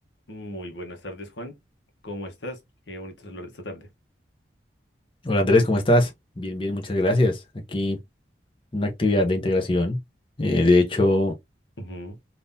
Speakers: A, on the left; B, on the left.
A: Muy buenas tardes, Juan. ¿Cómo estás? Qué bonito hablar de esta tarde.
B: Hola Andrés, ¿cómo estás? Bien, bien, muchas gracias. Aquí una actividad de integración. Eh, de hecho,
A: Ujú.